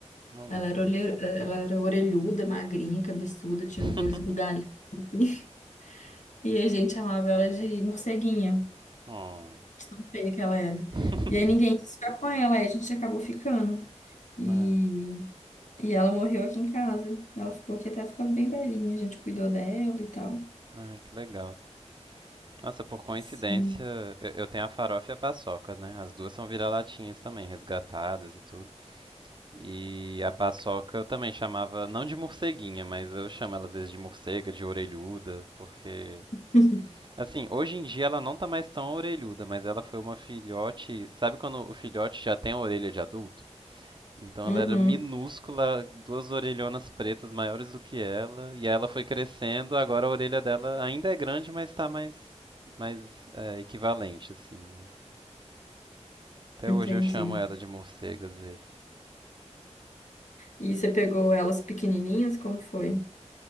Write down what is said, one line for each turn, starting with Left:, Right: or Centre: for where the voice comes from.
Right: Oh, meu
Left: Ela
Right: Deus.
Left: era, olhe... ela era orelhuda, magrinha, cabeçuda, tinha
Right: <laughs>
Left: os olhos bugalhados. assim. <laughs> E a gente chamava ela de morceguinha,
Right: Oh.
Left: de tão feia que ela era.
Right: <laughs>
Left: E aí ninguém quis ficar com ela, aí a gente acabou ficando. E,
Right: Ai,
Left: e ela morreu aqui em casa. Ela ficou aqui até ficar bem velhinha, a gente cuidou dela e tal.
Right: ai, que legal. Nossa, por coincidência,
Left: Sim.
Right: eu, eu tenho a farofa e a paçoca, né? As duas são vira-latinhas também, resgatadas e tudo. E a paçoca eu também chamava, não de morceguinha, mas eu chamo ela às vezes de morcega, de orelhuda, porque.
Left: <laughs>
Right: Assim, hoje em dia ela não tá mais tão orelhuda, mas ela foi uma filhote. Sabe quando o filhote já tem a orelha de adulto? Então
Left: Uhum,
Right: ela era minúscula, duas orelhonas pretas maiores do que ela, e aí ela foi crescendo, agora a orelha dela ainda é grande, mas tá mais mas é equivalente, assim. mas- Até
Left: entendi.
Right: hoje eu chamo ela de morcega às vezes.
Left: E você pegou elas pequenininhas? Como foi?